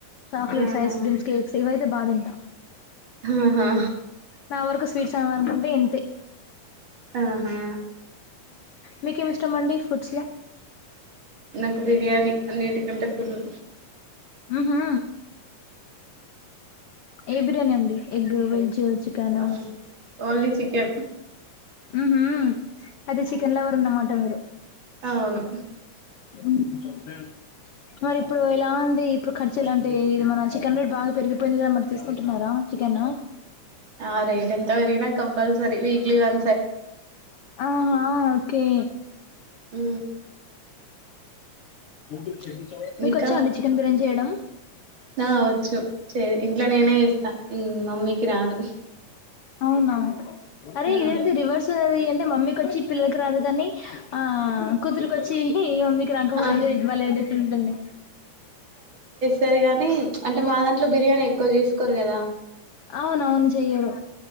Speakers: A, on the left (about 80°); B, on the right (about 40°).
A: చాక్లేట్స్
B: ఆహా
A: ఐస్ క్రీమ్స్ కేక్స్ ఇవి అయితే బాతింటా.
B: ఆహాహా
A: నా వరకు స్వీట్స్ ఎమ్ అనుకుంటే ఇంతే.
B: ఆహా.
A: మీకేం ఇష్టమండి ఫుడ్స్ లో
B: నాకు బిర్యానీ అన్నింటికంటే ఫుల్లు.
A: ఉహు ఏ బిర్యానీ అండి ఎగ్, వెజ్ చికెన్
B: అమ్ ఓన్లి చి కెన్.
A: హుహ్ అయితే చికెన్ లవరు అన్నమాట మీరు.
B: అవును
A: ఊ ఊహ్ మరి ఇప్పుడు ఎలా ఉంది. ఇప్పుడు ఖర్చులు ఎలా అంటే ఇది మన చికెన్ రేట్ బాగా పెరిగిపోయింది కదా మరి తీసుకుంటున్నారా చికెను.
B: ఆ రేట్ ఎంత పెరిగినా కంపల్సరీ వీక్లీ వన్
A: ఆహా కే
B: ఉ
A: మ చె మీకు
B: ఇంకా
A: వచ్చా అండి చికెన్ బిర్యానీ చేయడం?
B: నా వచ్చు చే ఇంట్లో నేనే చేస్తా మమ్మీకి రాదు.
A: అవునా. అరే
B: ఆ
A: ఇదేంది రివర్స్ అది అంటే మమ్మీకి వచ్చి పిల్లలకి రాదు కాని. ఆ కూతురుకి వచ్చి ఏ <inaudible> మమ్మీకి రాకపోడం
B: ఆ
A: భలే డిఫరెంట్ ఉంది.
B: తది కాని అంటే మా దాంట్లో బిర్యానీ ఎక్కువ చేసుకోరు కదా.
A: అవునవును చెయరు.